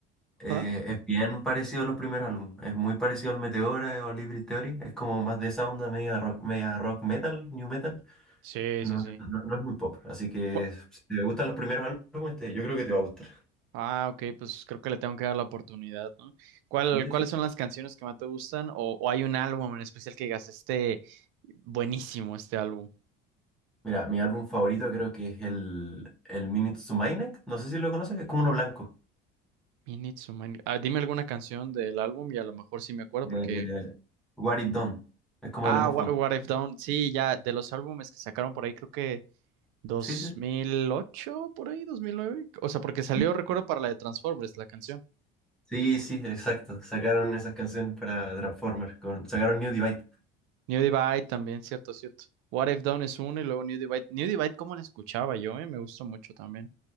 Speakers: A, in the centre; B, on the right.
A: eh,
B: ¿Ah?
A: es bien parecido a los primeros álbumes. Es muy parecido al Meteora o al Hybrid Theory, es como más de esa onda media rock, media rock metal, new metal.
B: Sí,
A: No,
B: sí, sí.
A: no, no no es muy pop, así que
B: ¿Cu-
A: si te gustan los primeros álbumes, te- yo creo que te va a gustar.
B: Ah, ok, pues creo que le tengo que dar la oportunidad, ¿no? ¿Cuál,
A: Sí, sí,
B: cuáles
A: sí.
B: son las canciones que más te gustan? ¿O, o hay un álbum en especial que digas, este, buenísimo este álbum?
A: Mira, mi álbum favorito creo que es el, el Minutes to My no sé si lo conoces, es como uno blanco.
B: You Need Someone- Ah, dime alguna canción del álbum y a lo mejor sí me acuerdo porque...
A: Eh, What It Done, es como
B: Ah,
A: de las más
B: What,
A: famosas.
B: What I've Done, sí, ya, de los álbumes que sacaron por ahí, creo que dos
A: Sí, sí,
B: mil ocho por ahí, dos mil nueve, O sea, porque salió,
A: sí.
B: recuerdo, para la de Transformers, la canción.
A: Sí, sí, exacto. Sacaron esas canciones para Transformers, con, sacaron New Divide.
B: New Divide también, cierto, cierto. What I've Done es uno y luego New Divide. New Divide, ¿cómo la escuchaba yo? eh? Me gustó mucho también.